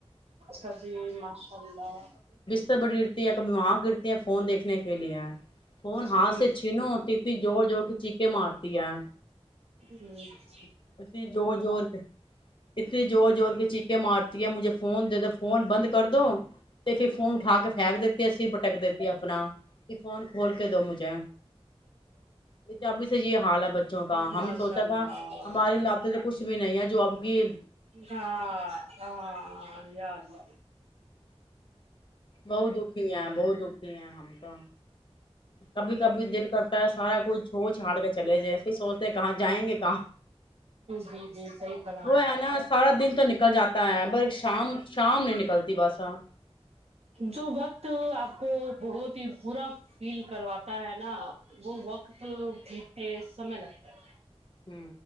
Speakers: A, on the right (about 70°); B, on the left (about 50°).
A: ب جی ماشاء اللہ
B: سے بڑی گرتی ہے کبھی وہاں گرتی ہیں فون دیکنے کے لیے فون
A: جی
B: ہاتھ سے چھینو ہوتی تھی جوور جوور کے چیخے مارتی ہے
A: ہوں
B: اتنی زور زور کے اتنی زور زور کے چ ے مارتی ہے مجھے فون دے دو فون بند کر دو تو پھر فون اٹھا کے پھینک دیتی ہے سر بھٹک دیتی ہے اپنا کہ فون کھول کے دو مجھے ات ابھی سے یہ حال ہے بچوں کا
A: ماشاء
B: ہم سوچا
A: اللہ
B: تھا ہماری لبتے تو کھ بھی نہیں ہے <unintelligible> جو آب یہ <unintelligible>
A: ہاں ہاں یاد <unintelligible>
B: بہت دکھی ہیں بہت دکھی ہیں ہم تو کبھی کبھی دل کرتا ہے سارا کچھ چھوڑ چھاڑ کے چلے جائے پھر سوچتے کہاں جائیں گے کہاں
A: جی جی صحیح فرمایا
B: وہ ہے نا سارا دن تو نکل جاتا ہے ب شام شام نہیں نکلتی بس ہاں
A: جو وقت آپ کوٹ بہت ہی با فیل کرواتا ہے نا وہ وقت جیتتے سمے لگتا ہے
B: ہ